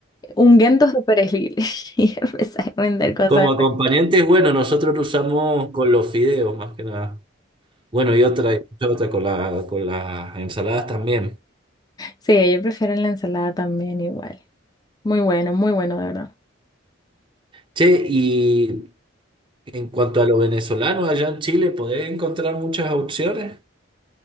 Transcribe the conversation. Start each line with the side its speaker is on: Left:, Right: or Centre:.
Left: ungüentos de perejil. <laughs> Y empezáis a vender cosas
Right: Como
Left: de
Right: acompañante,
Left: perejil.
Right: bueno, nosotros lo usamos con los fideos, más que nada. Bueno, y otra, y otra con la, con las ensaladas también.
Left: Sí, yo prefiero la ensalada también igual. Muy bueno, muy bueno, de verdad.
Right: Che, y en cuanto a lo venezolano, allá en Chile, ¿podés encontrar muchas opciones?